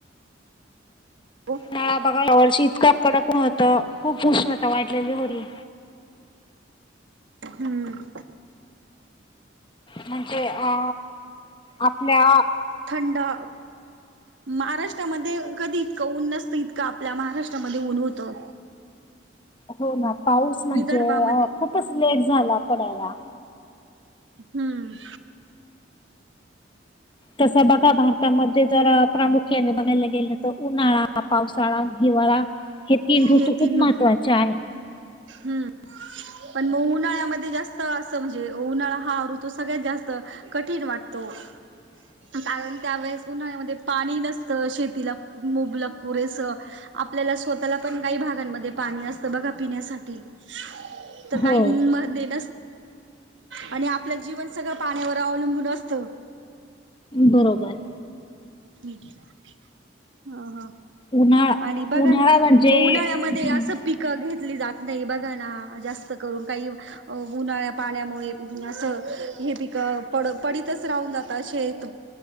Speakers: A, on the right; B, on the left.
A: हो.
B: नळा बघा या वर्षी इतकं अकडकण होतं खूप उुशण होतं वाईटलेली मुरली.
A: हम्म.
B: म्हणजे अ आपल्या
A: थंडा महाराष्ट्रामध्ये कधी इतकं ऊन नसतं इतकं आपल्या महाराष्ट्रामध्ये ऊन होतं.
B: हो ना पाऊस म्हणजे
A: विदर्भामध्ये
B: अ खूपच लेट झाला पडायला
A: हम्म.
B: तसं बघा भारतामध्ये जर प्रामुख्याने बघायला गेलं तर उन्हाळा हा पावसाळा हिवाळा हे तीन ऋतू
A: हे
B: खूप
A: तीन
B: महत्त्वाचे आहे.
A: हम्म. पण मग उन्हाळ्यामध्ये जास्त असं म्हणजे उन्हाळा हा ऋतू सगळ्यात जास्त कठीण वाटतो.
B: हम्.
A: कारण त्यावेेळेस उन्हाळ्यामध्ये पाणी नसतं शेतीला मुबलक पुरेसं आपल्याला स्वतःला पण काही भागांमध्ये पाणी असतं बघा पिण्यासाठी तर
B: हो
A: काही म दे आणि आपलं जीवन सगळं पाण्यावर अवलंबून असतं.
B: बरोबर.
A: ह ह.
B: उन्हाळा
A: आणि बघा
B: उन्हाळा
A: ना
B: म्हणजे
A: उन्हाळ्यामध्ये
B: हम्म
A: असं पिकं घेतली जात नाही बघा ना जास्त करून काही अ उन्हाळ्या पाण्यामुळे असं हे पिक पड पडतच राहून जातात शेत